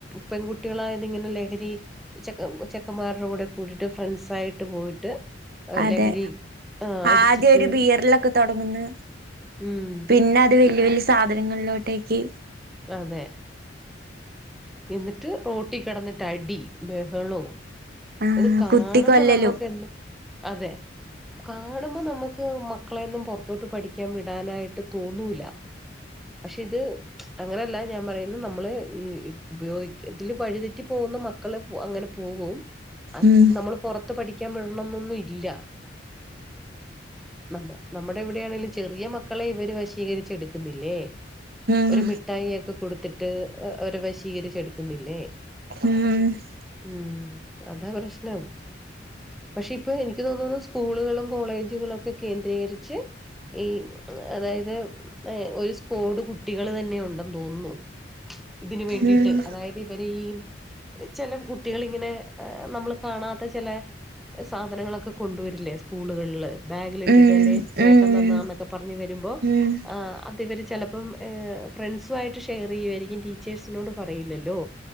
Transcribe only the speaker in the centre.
പെൺകുട്ടികളാ ഇന്നിങ്ങനെ ലഹരി ചെക്ക ചെക്കന്മാരുടെ കൂടെ കൂടിട്ട് ഫ്രണ്ട്സ് ആയിട്ട് പോയിട്ട്
ലഹരി ആഹ് അടിച്ചിട്ട്
ഉം
അതെ എന്നിട്ട് റോട്ടി കിടന്നിട്ട് അടി ബഹളവും
അത് കാണുമ്പോ
നമ്മുക്ക് എന്തേ അതെ കാണുമ്പോൾ നമുക്ക് മക്കളെന്നും പുറത്തോട്ട് പഠിക്കാൻ വിടാനായിട്ട് തോന്നില്ല പക്ഷെ ഇത് അങ്ങനെയല്ല ഞാൻ പറയുന്നത് നമ്മള് ഇ ഉപയോഗിക്ക ഇതില് വഴിതെറ്റി പോകുന്ന മക്കള് പോ അങ്ങനെ പോകു അത്
നമ്മള് പുറത്ത് പഠിക്കാൻ വിടാണോന്നൊന്നും ഇല്ല. നമ്മ നമ്മുടെ ഇവിടെയാണെങ്കിലും ചെറിയ മക്കളെ ഇവര് വശീകരിചെടുക്കുന്നില്ലേ
ഒരു മിഠായിയോക്കെ കൊടുത്തിട്ട് അവരെ വശീകരിച്ചെടുക്കുന്നില്ലേ
ഉം അതാ പ്രശ്നം പക്ഷെ ഇപ്പൊ എനിക്ക് തോന്നുന്നു സ്കൂളുകളും കോളേജുകളുംമോക്കെ കേന്ദ്രീകരിച്ച് ഈ അതായത് ഒരു സ്കോഡ് കുട്ടികള് തന്നെ ഉണ്ടെന്ന് തോന്നുന്നു ഇതിന് വേണ്ടീട്ട്
അതായത് ഇവനെ ഈ ചെല കുട്ടികളി ഇങ്ങനെ നമ്മള് കാണാത്ത ചെലെ സാധനങ്ങളൊക്കെ കൊണ്ടുവരില്ലേ സ്കൂളുകളിൽ ബാഗിലിട്ടിട്ട്
അല്ലെങ്കിൽ ചേട്ടൻ
തന്നാന്നൊക്കെ പറഞ്ഞ് വരുമ്പോ
അതിവര് ചെലപ്പം ഫ്രണ്ട്സു ആയിട്ട് ഷെയർ ചെയ്യുവായിരിക്കും ടീച്ചേഴ്സിനോടും പറയില്ലല്ലോ